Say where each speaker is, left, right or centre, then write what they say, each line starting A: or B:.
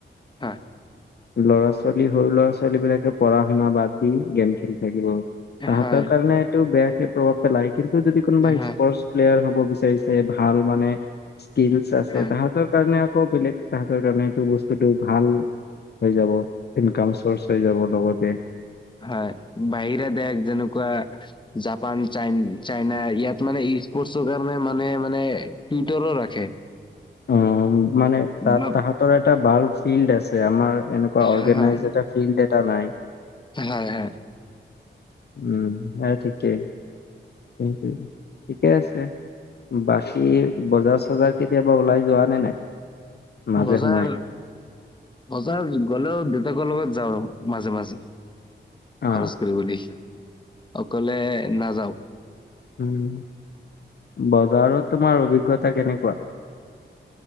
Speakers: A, on the left; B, on the left.
A: হয়
B: ল'ৰা-ছোৱালী সৰু ল'ৰা-ছোৱালী বিলাকে পঢ়া শুনা বাদ দি গেম খেলি থাকিব। তাহাঁতৰ
A: হয়
B: কাৰণে এইটো বেয়াকে প্ৰভাৱ পেলায় কিন্তু যদি কোনোবা
A: হয়
B: স্পৰ্ট- প্লেয়াৰ হ'ব বিচাৰিছে ভাল মানে স্কিলচ আছে
A: হয়।
B: তাহাঁতৰ কাৰণে আকৌ বেলেগ তাহাঁতৰ কাৰণে এইটো বস্তুটো ভাল হৈ যাব ইনকাম চৰ্চ হৈ যাব লগতে।
A: হয় বাহিৰা দেশ যেনেকুৱা জাপান, চাইন চাইনা ইয়াত মানে স্পৰ্টচৰ কাৰণে মানে মানে টিউটাৰো ৰাখে।
B: উ মানে তাত
A: বা-
B: তাহাঁতৰ এটা বাল ফিল্ড আছে আমাৰ এনেকুৱা অৰ্গেনাইজ
A: হয়,
B: এটা ফিল্ড এটা নাই।
A: হয়, হয়।
B: উম বাৰু ঠিকেই। কিন্তু ঠিকে আছে। বাকী বজাৰ চজাৰ কেতিয়াবা ওলাই যোৱা নে নাই? মাজে
A: বজাৰ
B: সময়ে
A: বজাৰ গলেও দেউতাকৰ লগত যাওঁ মাজে মাজে।
B: অ
A: খৰচ কৰিব দেই অকলে নাযাওঁ।
B: উম, বজাৰত তোমাৰ অভিজ্ঞতা কেনেকুৱা?